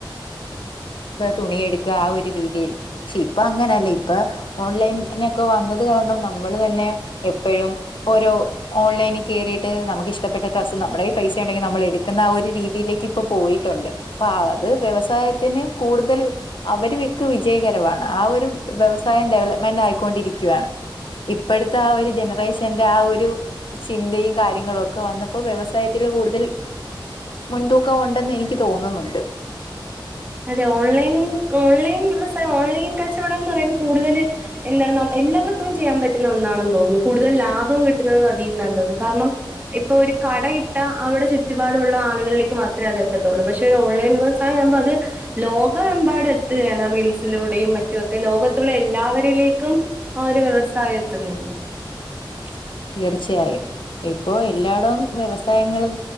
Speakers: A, on the left; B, on the right.
A: തുണിയെടുക്കാ ആ ഒരു രീതിയിൽ. ഇപ്പ അങ്ങനെയല്ലേ ഇപ്പ ഓൺലൈൻനൊക്കെ വന്നതുകാരണം നമ്മളു തന്നെ എപ്പഴും ഓരോ ഓൺലൈനിൽ കേറിയിട്ട് നമുക്കിഷ്ടപ്പെട്ട ഡ്രസ്സ് നമ്മുടെ കയ്യിൽ പൈസയുണ്ടെങ്കി നമു നമ്മളെടുക്കുന്ന ആ ഒരു രീതിയിലേക്കിപ്പം പോയിട്ടുണ്ട്. പ്പ ആത് വ്യവസായത്തിന്ന് കൂടുതൽ അവരുമിക്ക വിജയകരമാണ് ആ ഒരു വ്യവ സായം ഡെവലപ്മെന്റായിക്കൊണ്ടിരിക്കുക യാണ്. ഇപ്പളത്തെയാ ഒരു ജനറേഷന്റെ ആ ഒരു ചിന്തയുംകാര്യങ്ങളുമൊക്കെ വന്നപ്പോ വ്യവസായത്തിൽ ല് കൂടുതൽ മുൻതൂക്കമുണ്ടെന്നെ നിക്കുതോന്നുന്നുണ്ട്.
B: അതെ ഓൺലൈൻ ഓൺലൈൻ. വ്യവസായ ഓൺലൈൻ കച്ചവടമെന്നു പറയുന്നത് കൂടുതല് എന്താണ് നമ്മ എല്ലാർക്കും ചെയ്യാൻ പറ്റുന്ന ഒന്നാണെന്നു തോന്നുന്നു. കൂടുതലും ലാഭം കിട്ടുന്നതും അതിന്നാന്ന് തോന്നുന്നു കാരണം ഇപ്പൊ ഒരു കടയിട്ടായ അവിടെ ചുറ്റുപാടുമുള്ള ആ- ആളുകളിലേക്ക് മാത്രേ അത് എത്തത്തുള്ളു പക്ഷേ ഓൺലൈൻ വ്യവസായമാകുമ്പോ അത് - ലോകമെമ്പാടുമെത്തുകയാണ് റീൽസിലൂടെയും മറ്റുമൊക്കെ ലോകത്തുള്ള എല്ലാവരിലേക്കും- ആ ഒരു വ്യവസായം എത്തുന്നുണ്ട്
A: <inaudible> തീർച്ചയായും ഇപ്പോയെല്ലാടോം വ്യവസായങ്ങളും